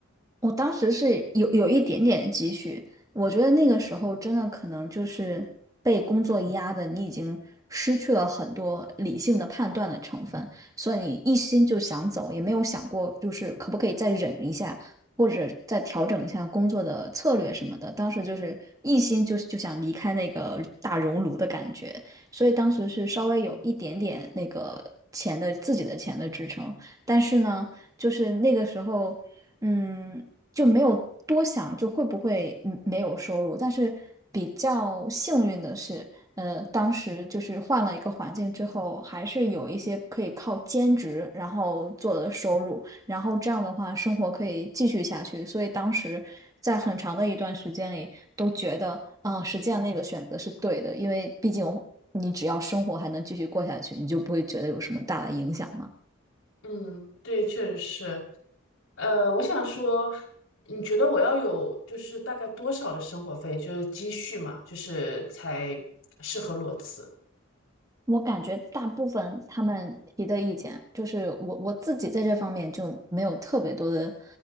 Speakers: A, on the right; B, on the left.
A: 我当时是有有一点点积蓄，我觉得那个时候真的可能就是被工作压的，你已经失去了很多理性的判断的成分，所以你一心就想走，也没有想过就是可不可以再忍一下，或者再调整一下工作的策略什么的。当时就是一心就就想离开那个大熔炉的感觉，所以当时是稍微有一点点那个钱的自己的钱的支撑，但是呢，就是那个时候。嗯，就没有多想，就会不会嗯没有收入。但是比较幸运的是，呃，当时就是换了一个环境之后，还是有一些可以靠兼职然后做的收入，然后这样的话生活可以继续下去。所以当时在很长的一段时间里都觉得，啊、实际上那个选择是对的，因为毕竟你只要生活还能继续过下去，你就不会觉得有什么大的影响嘛。
B: 嗯，对，确实是。呃，我想说，你觉得我要有就是大概多少的生活费，就是积蓄嘛，就是才适合裸辞？
A: 我感觉大部分他们提的意见，就是我我自己在这方面就没有特别多的，